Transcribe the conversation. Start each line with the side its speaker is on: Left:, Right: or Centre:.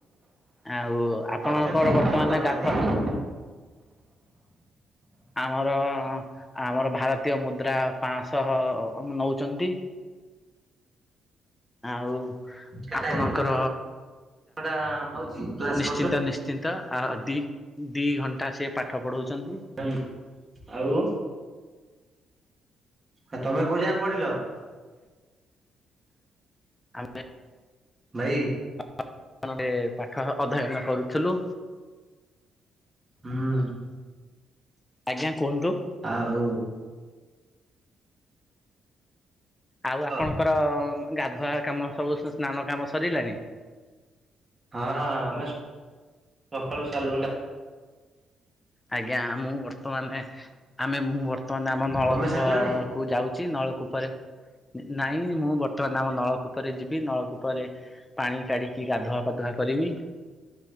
Left: ଆଉ ଆପଣଙ୍କର
Right: କେତେ କଣ
Left: ବର୍ତ୍ତମାନ
Right: ନଉଛନ୍ତି
Left: ଗାଧୁଆ
Right: ଯଦି
Left: ଆମର ଆମର ଭାରତୀୟ ମୁଦ୍ରା ପାଞ୍ଚଶହ ନଉଛନ୍ତି। ଆଉ
Right: କେତେ
Left: ଆପଣଙ୍କର
Right: ଘଣ୍ଟା ଦି ଘଣ୍ଟା ହଉଛି କ୍ଲାସ
Left: ନିଶ୍ଚିନ୍ତ
Right: କରୁଛ
Left: ନିଶ୍ଚିନ୍ତ। ଆଉ ଦି ଦି ଘଣ୍ଟା ସିଏ ପାଠ ପଢଉଛନ୍ତି
Right: <unintelligible> ଆଉ ଆ ତମେ କୋଉ ଯାଏ ପଡିଲ?
Left: ଆମେ
Right: ଭାଇ
Left: <unintelligible> ନରେ ପାଠ ଅଧ୍ୟୟନ କରୁଥିଲୁ।
Right: ହୁଁ।
Left: ଆଜ୍ଞା କୁହନ୍ତୁ।
Right: ଆଉ
Left: ଆଉ
Right: ହଁ
Left: ଆପଣଙ୍କର ଗାଧୁଆ କାମ ସବୁ ସ୍ନାନ କାମ ସରିଲାଣି?
Right: ହଁ ହଁ ଆମେ ସକାଳୁ ସାରିଲୁଣି
Left: ଆଜ୍ଞା ମୁଁ ବର୍ତ୍ତମାନେ ଆମେ ମୁଁ ବର୍ତ୍ତମାନ ଆମ ନଳକୂପ
Right: ତମେ ସାରିଲଣି?
Left: କୁ ଯାଉଛି ନଳ କୂପରେ ନାଇଁ ମୁଁ ବର୍ତ୍ତମାନ ଆମ ନଳକୂ ଉପରେ ଯିବ ନଳକୂପରେ ପାଣି କାଢିକି ଗାଧୁଆ ପାଧୁଆ କରିବି।